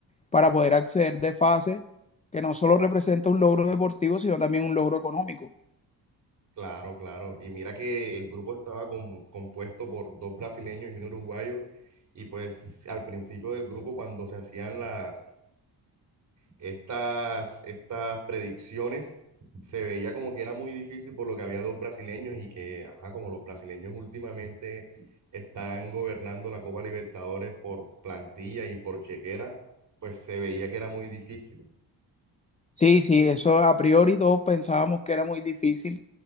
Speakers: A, on the left; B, on the right.
A: para poder acceder de fase, que no solo representa un logro deportivo, sino también un logro económico.
B: Claro, claro. Y mira que el grupo estaba com- compuesto por dos brasileños y un uruguayo. Y pues al principio del grupo, cuando se hacían las, estas, estas predicciones, se veía como que era muy difícil por lo que había dos brasileños y que, ajá, como los brasileños últimamente están gobernando la Copa Libertadores por plantilla y por chequera, pues se veía que era muy difícil.
A: Sí, sí, eso a priori todos pensábamos que era muy difícil,